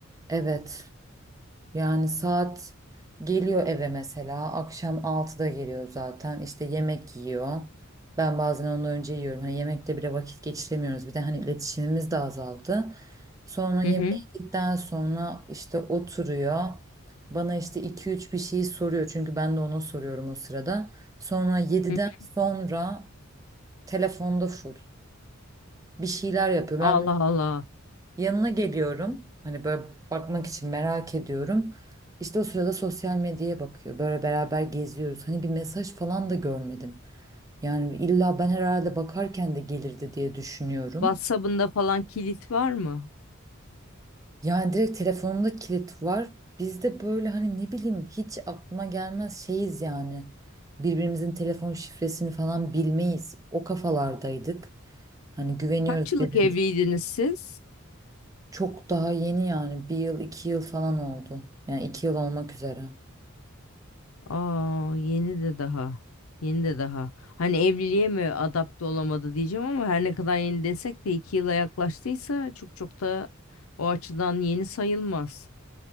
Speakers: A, on the right (about 15°); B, on the left (about 85°).
A: Evet. Yani saat geliyor eve mesela. Akşam altıda geliyor zaten. İşte yemek yiyor. Ben bazen ondan önce yiyorum. Hani yemekte bile vakit geçiremiyoruz. Bir de hani iletişimimiz de azaldı. Sonra yemeği
B: Hı hı.
A: yedikten sonra işte oturuyor. Bana işte iki üç bir şey soruyor. Çünkü ben de ona soruyorum o sırada. Sonra yediden
B: hı hı.
A: sonra telefonda full. Bir şeyler yapıyor.
B: Allah
A: Ben
B: Allah.
A: Yanına geliyorum. Hani böyle bakmak için merak ediyorum. İşte o sırada sosyal medyaya bakıyor. Böyle beraber geziyoruz. Hani bir mesaj falan da görmedim. Yani illa ben herhalde bakarken de gelirdi diye düşünüyorum.
B: WhatsApp'ında falan kilit var mı?
A: Yani direkt telefonumda kilit var. Biz de böyle hani ne bileyim hiç aklıma gelmez şeyiz yani. Birbirimizin telefon şifresini falan bilmeyiz. O kafalardaydık. Hani güveniyoruz
B: Kaç yıllık
A: birbirimize.
B: evliydiniz siz?
A: Çok daha yeni yani bir yıl iki yıl falan oldu. Yani iki yıl olmak üzere.
B: Aa, yeni de daha. Yeni de daha. Hani evliliğe mi adapte olamadı diyeceğim ama her ne kadar yeni desek de iki yıla yaklaştıysa çok çok da o açıdan yeni sayılmaz.